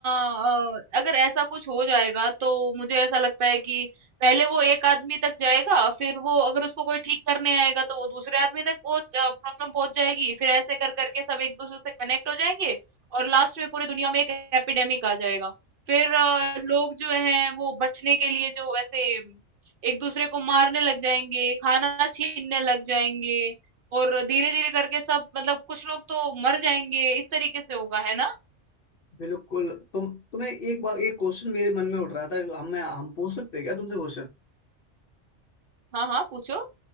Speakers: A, on the right; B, on the left.
A: अ, अगर ऐसा कुछ हो जाएगा तो मुझे ऐसा लगता है कि पहले वो एक आदमी तक जाएगा, फिर वो अगर उसको कोई ठीक करने आएगा तो वो दूसरे आदमी तक वो प्रॉब्लम पहुंच जाएगी, फिर ऐसे कर करके सब एक दूसरे से कनेक्ट हो जाएंगे और लास्ट में पूरी दुनिया में एक एपिडेमिक आ जाएगा। फिर अ, लोग जो हैं वो बचने के लिए जो ऐसे एक दूसरे को मारने लग जाएंगे, खाना छीनने लग जाएंगे और धीरे-धीरे करके सब मतलब कुछ लोग तो मर जाएँगे, इस तरीके से होगा, है ना?
B: बिल्कुल तुम तुम्हें एक बार एक क्वेश्चन मेरे मन में उठ रहा था हम मैं हम पूछ सकते हैं क्या तुमसे क्वेश्चन
A: हाँ, हाँ, पूछो।